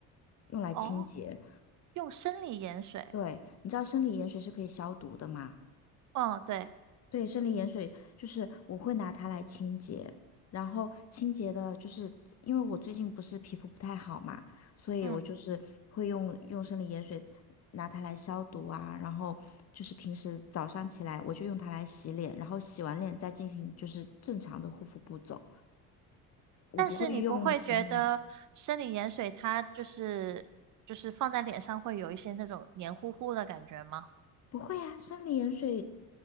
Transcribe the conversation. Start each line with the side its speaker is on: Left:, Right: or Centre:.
Left: 用来清洁。
Right: 哦，用生理盐水。
Left: 对，你知道生理盐水是可以消毒的吗？
Right: 哦，对，
Left: 对，生理盐水就是我会拿它来清洁，然后清洁的，就是因为我最近不是皮肤不太好嘛，所以我就是会用用生理盐水拿它来消毒啊，
Right: 嗯，
Left: 然后就是平时早上起来我就用它来洗脸，然后洗完脸再进行就是正常的护肤步骤，我不会用洗面奶，
Right: 但是你不会觉得生理盐水它就是就是放在脸上会有一些那种黏糊糊的感觉吗？
Left: 不会啊，生理盐水